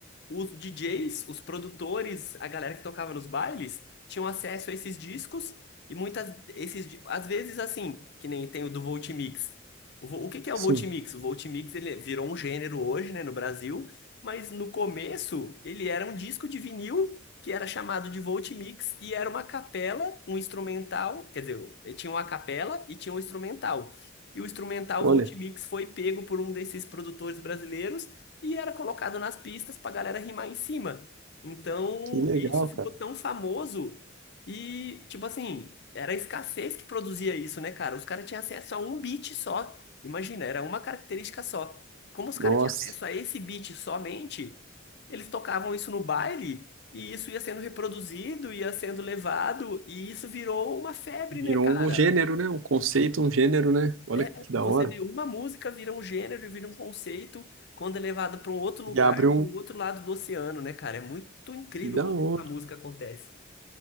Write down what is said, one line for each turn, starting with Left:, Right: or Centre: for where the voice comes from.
Left: os DJs, os produtores, a galera que tocava nos bailes, tinham acesso a esses discos e muitas esses, di- às vezes assim, que nem tem o do Voltimix. O, vo- o que que é
Right: Sim.
Left: o Voltimix? O Voltimix ele virou um gênero hoje, né, no Brasil mas no começo, ele era um disco de vinil que era chamado de Voltimix e era uma capela, um instrumental, quer dizer, ele tinha uma capela e tinha um instrumental. E o instrumental
Right: Olha,
Left: Voltimix foi pego por um desses produtores brasileiros e era colocado nas pistas pra galera rimar em cima. Então,
Right: que legal,
Left: isso ficou
Right: cara.
Left: tão famoso e, tipo assim, era a escassez que produzia isso, né, cara? Os caras tinham acesso a um beat só. Imagina, era uma característica só. Como os
Right: Nossa,
Left: caras tinham acesso a esse beat somente, eles tocavam isso no baile e isso ia sendo reproduzido, ia sendo levado e isso virou uma febre,
Right: virou
Left: né, cara?
Right: um gênero, né? Um conceito, um gênero, né? Olha
Left: É,
Right: que da
Left: você
Right: hora.
Left: vê uma música vira um gênero, vira um conceito, quando é levado para um outro lugar,
Right: E abre um.
Left: do outro lado do oceano, né, cara? É muito incrível
Right: Que da
Left: como
Right: hora.
Left: a música acontece.